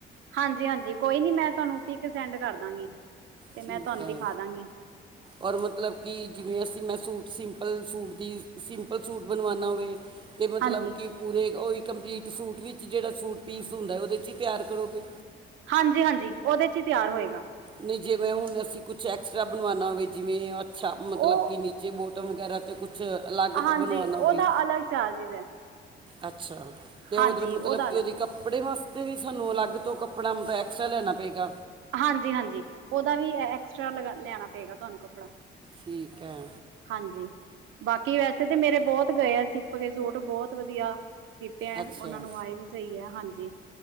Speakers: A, on the right; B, on the right.
A: ਹਾਂਜੀ-ਹਾਂਜੀ ਕੋਈ ਨੀ ਮੈਂ ਤੁਹਾਨੂੰ ਪਿਕ ਸੈਂਡ ਕਰ ਦਾਂਗੀ। ਅਤੇ
B: ਠੀਕ
A: ਮੈਂ ਤੁਹਾਨੂੰ ਦਿਖਾ
B: ਏ।
A: ਦਾਂਗੀ
B: ਔਰ! ਮਤਲਬ ਕੀ ਜਿਵੇਂ ਅਸੀਂ ਮੈਂ ਸੂਟ ਸਿੰਪਲ ਸੂਟ ਦੀ ਅ ਸਿੰਪਲ ਸੂਟ ਬਣਵਾਨਾ ਹੋਵੇ। ਤੇ ਮਤਲਬ
A: ਹਾਂਜੀ
B: ਕੀ ਪੂਰੇ ਅ ਉਹੀ ਕੰਪਲੀਟ ਸੂਟ ਵਿੱਚ ਜਿਹੜਾ ਸੂਟ ਪੀਸ ਹੁੰਦਾ। ਉਹਦੇ 'ਚ ਹੀ ਤਿਆਰ ਕਰੋਗੇ।
A: ਹਾਂਜੀ! ਹਾਂਜੀ! ਉਹਦੇ 'ਚ ਹੀ ਤਿਆਰ ਹੋਏਗਾ।
B: ਨਹੀਂ! ਜਿਵੇਂ ਹੁਣ ਅਸੀਂ ਕੁਛ ਐਕਸਟਰਾ ਬਣਵਾਨਾ ਹੋਵੇ ਜਿਵੇਂ ਅ ਅੱਛਾ ਮਤਲਬ
A: ਉਹ
B: ਕਿ ਨੀ ਜੇਹ ਬੋਟਮ ਵਗੈਰਾ ਤੇ ਕੁਛ ਅਲੱਗ
A: ਹਾਂਜੀ
B: ਤੋਂ ਬਣਵਾਉਣਾ
A: ਉਹਦਾ
B: ਹੋਵੇ।
A: ਅਲੱਗ ਚਾਰਜਿਸ ਹੈ
B: ਅੱਛਾ! ਤੇ
A: ਹਾਂਜੀ
B: ਉਧਰ ਮਤਲਬ
A: ਉਹਦਾ ਅਲੱਗ
B: ਕਿ ਉਹਦੀ ਕੱਪ ਕੱਪੜੇ ਵਾਸਤੇ ਵੀ ਸਾਨੂੰ ਅਲੱਗ ਤੋਂ ਕੱਪੜਾ ਮਤ ਐਕਸਟ੍ਰਾ ਲੈਣਾ ਪਏਗਾ।
A: ਹਾਂਜੀ-ਹਾਂਜੀ ਉਹਦਾ ਵੀ ਐ ਐਕਸਟਰਾ ਲਗਾ ਲਿਆਣਾ ਪਏਗਾ ਤੁਹਾਨੂੰ ਕੱਪੜਾ।
B: ਠੀਕ ਐ।
A: ਹਾਂਜੀ ਬਾਕੀ ਵੈਸੇ ਤਾਂ ਮੇਰੇ ਬਹੁਤ ਗਏ ਆ ਸਿੱਪ ਕੇ ਸੂਟ ਬਹੁਤ ਵਧੀਆ। ਸੀਪਿਆ
B: ਅੱਛਾ
A: ਉਹਨਾਂ ਨੂੰ ਆਏ ਵੀ ਸਹੀ ਐ ਹਾਂਜੀ।